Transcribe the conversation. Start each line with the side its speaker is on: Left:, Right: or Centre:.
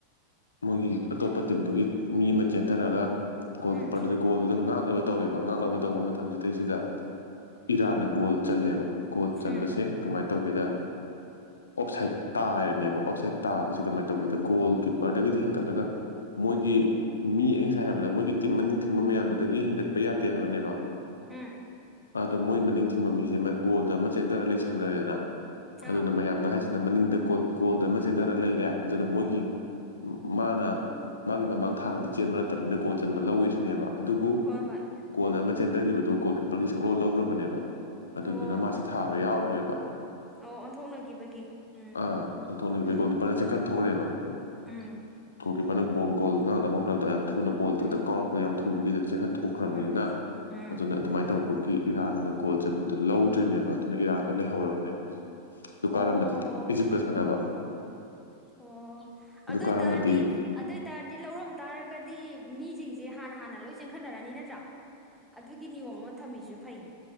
Left: ꯃꯣꯏꯒꯤ ꯑꯇꯣꯞꯄ ꯇꯤꯝꯗꯨꯒꯤ ꯃꯤ ꯑꯃ ꯆꯦꯟꯊꯔꯒ ꯒꯣꯜ
Centre: ꯎꯝ
Left: ꯀꯤꯞꯄꯔꯗꯨ ꯒꯣꯜꯗꯨꯗ ꯉꯥꯛꯅꯕ ꯇꯧꯋꯦꯕ ꯉꯥꯛꯅꯕ ꯇꯧꯕ ꯃꯇꯝꯁꯤꯗꯩꯁꯤꯗ ꯏꯔꯥꯟꯅ ꯒꯣꯜ ꯆꯜꯂꯦꯕ ꯒꯣꯜ ꯆꯟꯕꯁꯦ
Centre: ꯎꯝ
Left: ꯀꯃꯥꯏꯅ ꯇꯧꯒꯦꯗ ꯑꯣꯞꯁꯥꯏꯠ ꯇꯥꯔꯅꯦꯕ ꯑꯣꯞꯁꯥꯏꯠ ꯇꯥꯕꯁꯤꯗ ꯀꯃꯥꯏꯅ ꯇꯧꯒꯦꯗ ꯒꯣꯜ ꯀꯤꯄꯥꯔꯗꯒꯤꯗꯤ ꯍꯦꯟꯒꯠꯂꯒ ꯃꯣꯏꯒꯤ ꯃꯤ ꯑꯩ ꯉꯁꯥꯏ ꯍꯥꯏꯕꯗꯣ ꯃꯣꯏꯒꯤ ꯇꯤꯝ ꯃꯅꯤꯡ ꯊꯤꯡꯕ ꯃꯌꯥꯝꯗꯨꯗꯒꯤ ꯍꯦꯟꯒꯠꯄ ꯌꯥꯗꯦ ꯍꯥꯏꯕꯅꯦꯕ
Centre: ꯎꯝ
Left: ꯑꯗꯣ ꯃꯣꯏ ꯃꯅꯤꯡ ꯊꯤꯡꯕ ꯃꯤꯁꯦ ꯒꯣꯜꯗ ꯑꯃ ꯆꯦꯟꯗꯔ ꯂꯩꯁꯟꯈ꯭ꯔꯦꯗꯅ ꯑꯗꯨꯅ
Centre: ꯑꯥ
Left: ꯃꯌꯥꯝꯅ ꯍꯥꯏꯁꯤꯅ ꯃꯅꯤꯡꯗ ꯒꯣꯜ ꯒꯣꯜꯗ ꯑꯃ ꯆꯦꯟꯊꯔ ꯂꯩꯔꯦ ꯑꯗꯨꯅ ꯃꯣꯏꯒꯤ ꯃꯥꯅ ꯃꯥꯒꯤ ꯃꯃꯥꯡ ꯊꯥꯅꯗꯤ ꯆꯦꯟꯕ ꯅꯠꯇꯕꯅꯤꯅ ꯒꯣꯜ ꯆꯟꯕ ꯂꯧꯏꯁꯤꯅꯦꯕ ꯑꯗꯨꯕꯨ
Centre: ꯍꯣꯏ ꯍꯣꯏ
Left: ꯒꯣꯜ ꯑꯃ ꯆꯦꯟꯊꯒꯤꯕꯗꯣ ꯒꯣꯜ ꯀꯤꯞꯄꯔꯒꯤ ꯁꯛꯂꯣꯟ ꯂꯧꯈ꯭ꯔꯕꯅꯦꯕ ꯑꯗꯨꯗꯨꯅ
Centre: ꯑꯣ
Left: ꯃꯥꯁꯦ ꯊꯥꯕ ꯌꯥꯎꯔꯔꯣꯏꯕ
Centre: ꯑꯣ ꯑꯣꯟꯊꯣꯛꯅꯈꯤꯕꯒꯤ ꯎꯝ
Left: ꯑꯥ ꯑꯣꯟꯊꯣꯛꯅꯒꯤꯕꯩ
Centre: ꯎꯝ
Left: ꯒꯣꯜ ꯀꯤꯞꯄꯔ ꯆꯦꯟꯈꯠ ꯊꯣꯛꯈ꯭ꯔꯦꯕ
Centre: ꯎꯝ
Left: ꯒꯣꯜ ꯀꯤꯞꯄꯔꯅ ꯕꯣꯜ ꯀꯣꯜ ꯉꯥꯡꯅꯕ ꯍꯣꯠꯅꯕꯗ ꯊꯨꯅ ꯕꯣꯜ
Centre: ꯎꯝ
Left: ꯊꯛ ꯊꯛ ꯀꯥꯎꯔꯛꯄꯗ ꯌꯥꯝ ꯊꯨꯕꯒꯤꯗ ꯆꯦꯟꯈꯠꯊꯣꯛꯈ꯭ꯔꯕꯅꯤꯅ
Centre: ꯎꯝ ꯎꯝ
Left: ꯑꯗꯨꯅ ꯑꯗꯨꯃꯥꯏꯅ ꯇꯧꯕ ꯏꯔꯥꯟꯅ ꯒꯣꯜ ꯆꯟꯕꯗꯣ ꯂꯧꯗ꯭ꯔꯤꯅꯦꯕ ꯑꯗꯨꯅ ꯏꯔꯥꯟꯗꯣ ꯂꯩꯍꯧꯔꯕꯅꯦꯕ ꯍꯧꯖꯤꯛ ꯗꯨ ꯀꯥꯔꯝꯃꯗꯤ
Centre: ꯑꯣ
Left: ꯏꯖꯤꯞꯀ ꯁꯥꯟꯅꯕ <inaudible>
Centre: ꯑꯣ ꯑꯗꯨ
Left: ꯀꯥꯔꯝꯃꯗꯤ
Centre: ꯑꯣꯏ ꯇꯥꯔꯗꯤ ꯑꯗꯨ ꯑꯣꯏꯇꯥꯔꯗꯤ ꯂꯧꯔꯝ ꯇꯥꯔꯒꯗꯤ ꯃꯤꯁꯤꯡꯁꯦ ꯍꯥꯟꯅ ꯍꯥꯟꯅ ꯂꯣꯏ ꯆꯦꯟꯈꯠꯅꯔꯅꯤ ꯅꯠꯇ꯭ꯔꯥ ꯑꯗꯨꯒꯤ ꯅꯤꯌꯣꯝ ꯑꯃ ꯊꯝꯃꯤꯁꯨ ꯐꯩ